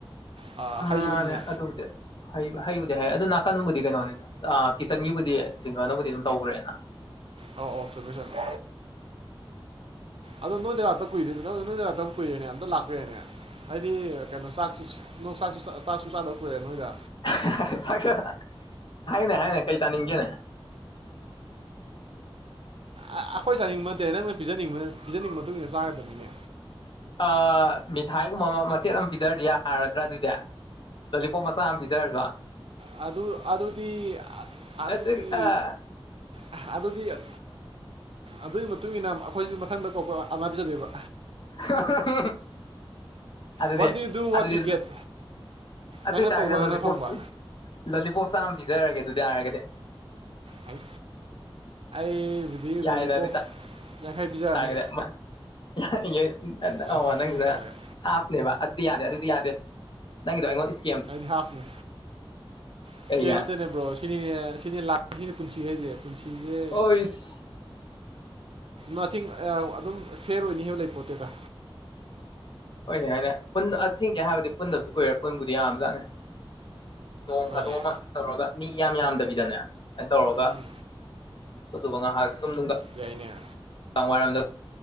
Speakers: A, on the right; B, on the left.
A: ꯑ,
B: ꯎꯝ
A: ꯍꯩꯕꯅꯤꯅ
B: ꯃꯥꯅꯦꯦ ꯑꯗꯨꯕꯨꯗꯤ ꯍꯩ ꯍꯩꯕꯨꯗꯤ ꯍꯩ ꯑꯗꯨ ꯅꯥꯀꯟꯕꯨꯗꯤ ꯀꯩꯅꯣꯅꯤꯗ ꯑ ꯀꯤꯠꯆꯟꯒꯤꯕꯨꯗꯤ ꯖꯤꯡꯒꯅꯕꯨꯗꯤ ꯑꯗꯨꯝ ꯇꯧꯒ꯭ꯔꯦꯅ
A: ꯑꯧꯑꯩ ꯆꯨꯝꯃꯤ ꯆꯨꯝꯃꯤ ꯑꯗꯣ ꯅꯣꯏꯗ ꯂꯥꯛꯇꯕ ꯀꯨꯏꯔꯦꯅꯦ ꯅꯣꯏꯗ ꯂꯥꯛꯇꯕ ꯀꯨꯏꯔꯦꯅꯦ ꯑꯝꯇ ꯂꯥꯛꯄ ꯌꯥꯏꯅꯦ ꯍꯥꯏꯗꯤ ꯀꯩꯅꯣ ꯆꯥꯛꯁꯨ ꯅꯣꯡ ꯆꯥꯛꯁꯨ ꯆꯥꯛꯁꯨ ꯆꯥꯗꯕ ꯀꯨꯏꯔꯦ ꯅꯣꯏꯗ
B: <unintelligible> ꯆꯥꯛꯁ ꯍꯥꯏꯅꯦ ꯍꯥꯏꯅꯦ ꯀꯩ ꯆꯥꯅꯤꯡꯒꯦꯅꯦ
A: ꯑ ꯑ ꯑꯩꯈꯣꯏ ꯆꯥꯅꯤꯡꯕ ꯅꯠꯇꯦ ꯅꯪꯅ ꯄꯤꯖꯅꯤꯡꯕ ꯄꯤꯖꯅꯤꯡꯕ ꯃꯇꯨꯡ ꯏꯟꯅ ꯆꯥꯒꯗꯕꯅꯤꯅꯦ
B: ꯑ ꯃꯤꯊꯥꯏꯒꯨꯝꯕ ꯑꯃ ꯃꯆꯦꯠ ꯑꯃ ꯄꯤꯖꯔꯗꯤ ꯌꯥꯔꯗ꯭ꯔꯥ ꯑꯗꯨꯗꯤ ꯂꯣꯂꯤꯄꯣꯞ ꯃꯆꯥꯥ ꯑꯝ ꯄꯤꯖꯥꯔꯖꯣ
A: ꯑꯗꯨ ꯑꯗꯨꯗꯤ ꯑ ꯑꯗꯨꯗꯤ
B: ꯑꯗꯨ ꯑꯥ
A: ꯑ ꯑꯗꯨꯗꯤ ꯍ ꯑꯗꯨꯢ ꯃꯇꯨꯡꯏꯟꯅ ꯑꯩꯈꯣꯏꯁꯨ ꯃꯊꯪꯗ <unintelligible> ꯑꯥꯃꯥꯢ ꯄꯤꯖꯗꯣꯏꯕ
B: <unintelligible> ꯑꯗꯨꯗꯦ
A: ꯋꯥꯠ ꯗꯨ ꯌꯨ ꯗꯨ
B: ꯑꯗꯨꯗꯤ
A: ꯋꯥꯠ ꯌꯨ ꯒꯦꯠ
B: ꯑꯗꯨꯏꯇꯥꯔꯒꯗꯤ
A: ꯅꯪꯅ ꯇꯧꯕ ꯅꯪꯅ
B: ꯂꯣꯂꯤꯄꯣꯞ
A: ꯐꯪꯕ
B: ꯂꯣꯂꯤꯄꯣꯞ ꯆꯥꯝ ꯄꯤꯖꯔꯒꯦ ꯑꯗꯨꯏꯇꯥꯔꯒꯗꯤ
A: ꯍꯥꯏ ꯑꯩꯕꯨꯗꯤ
B: ꯌꯥꯏꯗ
A: ꯂꯣꯂꯤꯄꯣꯛ
B: ꯑꯗꯨ
A: ꯌꯥꯡꯈꯩ ꯄꯤꯖꯔꯅꯤ
B: <unintelligible>
A: ꯑꯁ ꯂꯤꯁꯤꯡ ꯌꯥꯡꯈꯠꯂꯒ
B: ꯍꯥꯐꯅꯦꯕ ꯑꯗꯨꯗꯤ ꯌꯥꯗꯦ ꯑꯗꯨꯗꯤ ꯌꯥꯗꯦ ꯅꯪꯒꯤꯗꯣ ꯑꯩꯉꯣꯟ ꯢꯁ
A: ꯍꯥꯏꯗꯤ ꯍꯥꯞꯅꯤ ꯏꯁ
B: ꯀꯩꯒꯤ
A: <unintelligible> ꯁꯤꯅꯤꯅꯦ ꯁꯤꯅꯤ ꯂ ꯁꯤꯅꯤ ꯄꯨꯟꯁꯤ ꯍꯥꯏꯁꯦ ꯄꯨꯟꯁꯤꯁꯦ
B: ꯑꯣꯏꯁ
A: ꯅꯥꯊꯤꯡ ꯑꯗꯨꯝ ꯐꯦꯔ ꯑꯣꯏꯅꯤ ꯍꯥꯏꯕ ꯂꯩ ꯄꯣꯠꯇꯦꯗ
B: ꯍꯣꯏꯅꯦ ꯍꯥꯏꯅꯦ ꯄꯨꯟ ꯑꯁꯦꯡꯀꯤ ꯍꯥꯏꯔꯣꯗꯤ ꯄꯨꯟꯗꯕꯗꯤ ꯀꯨꯏꯔꯦ ꯄꯨꯟꯕꯨꯗꯤ ꯌꯥꯕ ꯖꯥꯠꯅꯤ ꯅꯣꯡ
A: ꯍꯣꯏꯅꯦ
B: ꯐꯥꯗꯣꯛ ꯑꯃ ꯇꯧꯔꯒ ꯃꯤ ꯌꯥꯝ ꯌꯥꯝꯗꯕꯤꯗꯅꯦ ꯑꯗꯨꯃꯥꯏꯅ ꯇꯧꯔꯒ
A: ꯎꯝ
B: ꯑꯗꯨꯕ ꯉꯥꯍꯥꯛꯁꯨ ꯅꯨꯡꯗꯥꯡ
A: ꯌꯥꯏꯅꯦ
B: ꯀ ꯋꯥꯏꯔꯣꯝꯗ